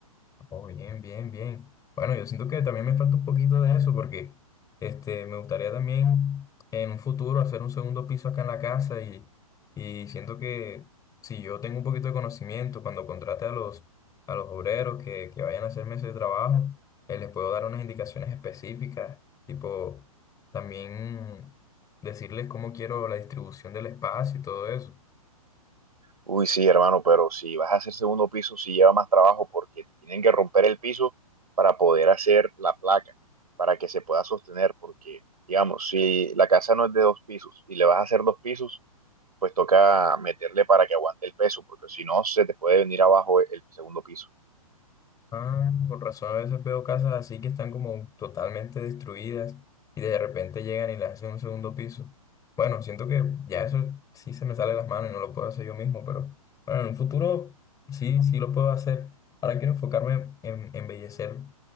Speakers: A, on the left; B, on the right.
A: Oh, bien, bien, bien. Bueno, yo siento que también me falta un poquito de eso porque este, me gustaría también en un futuro hacer un segundo piso acá en la casa y, y siento que si yo tengo un poquito de conocimiento, cuando contrate a los, a los obreros que, que vayan a hacerme ese trabajo, eh, les puedo dar unas indicaciones específicas, tipo también decirles cómo quiero la distribución del espacio y todo eso.
B: Uy, sí, hermano, pero si vas a hacer segundo piso, sí lleva más trabajo porque te tienen que romper el piso para poder hacer la placa, para que se pueda sostener, porque, digamos, si la casa no es de dos pisos y le vas a hacer dos pisos, pues toca meterle para que aguante el peso, porque si no, se te puede venir abajo e, el segundo piso.
A: Ah, con razón, a veces veo casas así que están como totalmente destruidas y de repente llegan y le hacen un segundo piso. Bueno, siento que ya eso sí se me sale de las manos y no lo puedo hacer yo mismo, pero bueno, en un futuro sí, sí lo puedo hacer. Ahora quiero enfocarme en embellecer